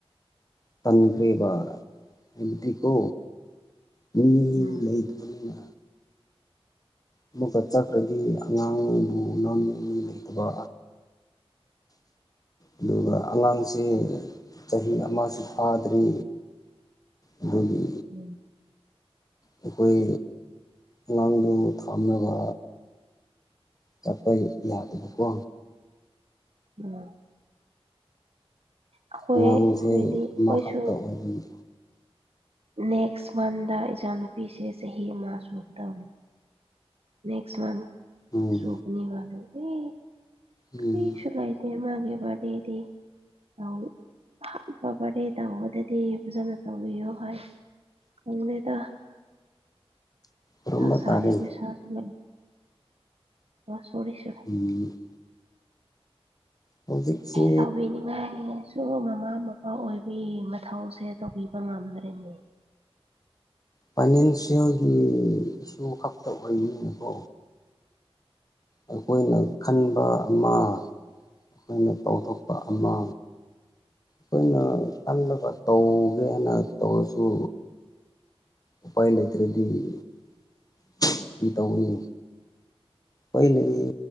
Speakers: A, on the left; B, on the right.
A: ꯇꯟꯈ꯭ꯔꯦꯕ ꯍꯥꯏꯕꯗꯤꯀꯣ ꯃꯤ
B: ꯎꯝ ꯎꯝ
A: ꯂꯩꯇꯕꯅꯤꯅ ꯑꯃꯨꯛꯀꯥ ꯆꯠꯈ꯭ꯔꯥꯗꯤ ꯑꯉꯥꯡꯕꯨ ꯂꯧꯅꯤꯉꯥꯏ ꯃꯤ ꯂꯩꯇꯕ ꯑꯗꯨꯒꯥ ꯑꯉꯥꯡꯁꯦ ꯆꯍꯤ ꯑꯃꯁꯨ ꯐꯥꯗ꯭ꯔꯤ ꯑꯗꯨꯒꯤ
B: ꯎꯝ
A: ꯑꯩꯈꯣꯏ ꯑꯉꯥꯡꯗꯨ ꯊꯝꯅꯕ ꯆꯠꯄꯩ ꯌꯥꯗꯕꯀꯣ
B: ꯎꯝ ꯑꯩꯈꯣꯏ
A: ꯑꯉꯥꯡꯖꯦ
B: ꯑꯩꯈꯣꯏꯗꯤ ꯑꯩꯈꯣꯏꯁꯨ
A: ꯑꯃꯈꯛꯇꯥ ꯑꯣꯏꯕꯅꯤ
B: ꯅꯦꯛꯁ ꯃꯟꯗꯥ ꯏꯆꯥꯅꯨꯄꯤꯁꯦ ꯆꯍꯤ ꯑꯃ ꯁꯨꯒꯗꯧꯔꯦ ꯅꯦꯛꯁ ꯃꯟ
A: ꯎꯝ
B: ꯁꯨꯄꯅꯤ ꯕ ꯑꯗꯨꯒꯤ
A: ꯎꯝ
B: ꯀꯔꯤꯁꯨ ꯂꯩ ꯇꯦ ꯃꯥꯒꯤ ꯕꯥꯔꯤꯗꯦꯗꯤ ꯇꯧ ꯑꯍꯥꯟꯕ ꯕꯥꯔꯠꯗꯦ ꯇꯧꯕꯗꯗꯤ ꯐꯖꯅ ꯇꯧꯕꯤꯌꯣ ꯍꯥꯏ ꯅꯤꯜꯂꯦꯗꯥ
A: ꯈꯨꯔꯨꯝꯕ
B: ꯊꯥ ꯁꯥꯏꯌꯦ
A: ꯇꯥꯔꯦ
B: ꯄꯩꯁꯥꯁꯨ ꯂꯩ ꯑꯣ ꯁꯣꯔꯤ ꯁꯨ
A: ꯎꯝ ꯍꯧꯖꯤꯛꯁꯤ
B: ꯁꯥꯎꯕꯤꯅꯤꯉꯥꯏ ꯗꯨꯕꯨ ꯃꯃꯥ ꯃꯄꯥ ꯑꯣꯏꯕꯤ ꯃꯊꯧꯁꯦ ꯇꯧꯕꯤꯕ ꯉꯝꯗ꯭ꯔꯦꯅꯦ
A: ꯐꯥꯏꯅꯥꯟꯁꯤꯑꯌꯦꯜꯒꯤ ꯏꯁꯨ ꯈꯛꯇꯥ ꯑꯣꯏꯕꯅꯤꯅꯀꯣ ꯑꯩꯈꯣꯏꯅ ꯈꯟꯕ ꯑꯃ ꯑꯩꯈꯣꯏꯅ ꯇꯧꯊꯣꯛꯄ ꯑꯃ ꯈꯣꯏꯅ ꯀꯜꯂꯒꯥ ꯇꯧꯒꯦ ꯍꯥꯏꯅ ꯇꯧꯔꯁꯨ ꯎꯄꯥꯏ ꯂꯩꯇ꯭ꯔꯥꯗꯤ <inaudible> ꯀ꯭ꯔꯤ ꯇꯧꯒꯅꯤ ꯍꯣꯏꯂꯩ